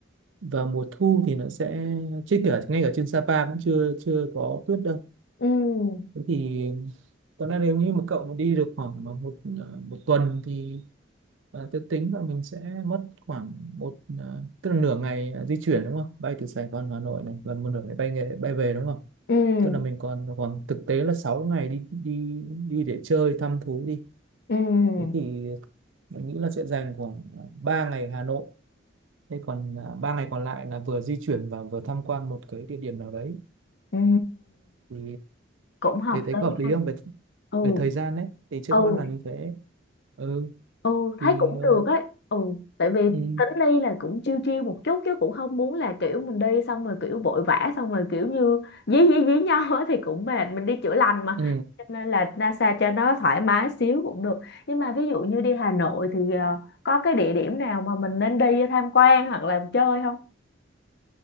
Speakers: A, on the right; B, on the left.
A: vào mùa thu thì nó sẽ chứ cả ngay cả trên Sapa cũng chưa chưa có tuyết đâu
B: ừ
A: thế thì còn là nếu như mà cậu mà đi được khoảng mà một ờ, một tuần thì ờ, tôi tính là mình sẽ mất khoảng một ờ, tức là nửa ngày ờ, di chuyển đúng không bay từ Sài Gòn vào Hà Nội này và một nửa ngày bay nghề, bay về đúng không
B: ừ
A: tức là mình còn khoảng thực tế là 6 ngày đi đi đi để chơi thăm thú đi
B: ừ
A: thế thì mình nghĩ là sẽ dành khoảng à, 3 ngày Hà Nội Thế còn à, ba ngày còn lại là vừa di chuyển và vừa tham quan một cái địa điểm nào đấy
B: ừ
A: thì
B: cũng hợp
A: thế thấy
B: lý
A: có hợp lý
B: ha
A: không về
B: ừ
A: về thời gian đấy thì trước
B: ừ
A: mắt là như thế ừ
B: ừ thấy
A: thì
B: cũng
A: ờ,
B: được ấy ừ tại vì
A: ừ,
B: tính đi là cũng chiêu chiêu một chút chứ cũng không muốn là kiểu mình đi xong rồi kiểu vội vã xong rồi kiểu như dí dí dí nhau á thì cũng mệt mình đi chữa lành mà
A: ừ.
B: cho nên là NASA cho nó thoải mái xíu cũng được nhưng mà ví dụ như đi Hà Nội thì ờ, có cái địa điểm nào mà mình nên đi tham quan hoặc là chơi không